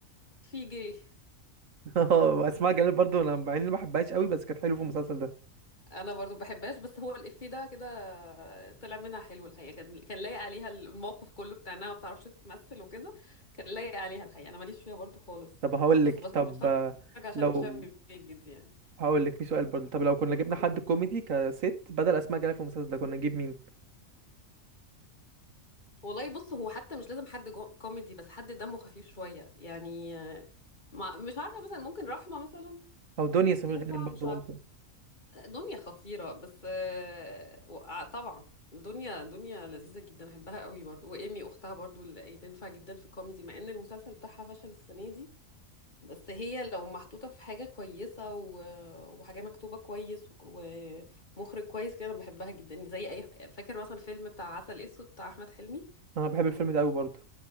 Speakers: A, on the left; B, on the right.
A: في جه
B: <laughs> اه اسماء جلال برضو انا مع اني ما بحبهاش قوي بس كانت حلوه في المسلسل ده
A: انا برضو ما بحبهاش بس هو الافيه ده كده طلع منها حلو الحقيقه كان كان لايق عليها الموقف كله بتاع انها ما بتعرفش تمثل وكده كان لايق عليها الحقيقه انا ماليش فيها برضو خالص
B: طب هقول
A: بس
B: لك
A: بس
B: طب
A: بتفرج
B: آه،
A: عشان
B: لو
A: هشام ماجد يعني
B: هقول لك في سؤال برضو طب لو كنا جبنا حد
A: مم.
B: كوميدي كست بدل اسماء جلال في المسلسل ده كنا نجيب مين
A: والله بص هو حتى مش لازم حد جو- كوميدي بس حد دمه خفيف شويه يعني آه، ما مش عارفه مثلا ممكن رحمه مثلا
B: او دنيا سمير
A: تنفع
B: غانم برضو
A: مش عارفه
B: ممكن
A: دنيا خطيرة بس آه، وقع- طبعا دنيا دنيا لذيذة جدا احبها قوي برضو وإيمي اختها برضو اللي يعني تنفع جدا في الكوميدي مع ان المسلسل بتاعها فشل السنة دي بس هي لو محطوطة في حاجة كويسة و... وحاجة مكتوبة كويس و- ومخرج كويس كده انا بحبها جدا زي اي فاكر مثلا فيلم بتاع عسل اسود بتاع احمد حلمي
B: انا بحب الفيلم ده قوي برضو